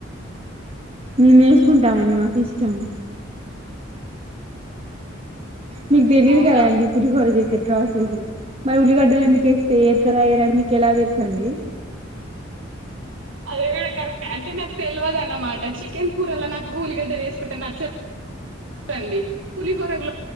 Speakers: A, on the right; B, on the right.
A: మేము వేసుకుంటామండి మాక్ ఇష్టం మీకు తెలీదు
B: అవునా
A: కదా అండి పులిహోర చేసే ప్రసేసు మరి ఉలిగడ్డలో ఎందు కేస్త ఎతర ఎయ్యరా మీక్ ఎలా తెల్ అండి
B: అది కూడా కరెక్ట్ అంటే నాకు తెల్వదు అన్నమాట చికెన్ కూరలో నాకు ఊలిగడ్డ లేసుకుంటే నచ్చ అండి పులిహోర లో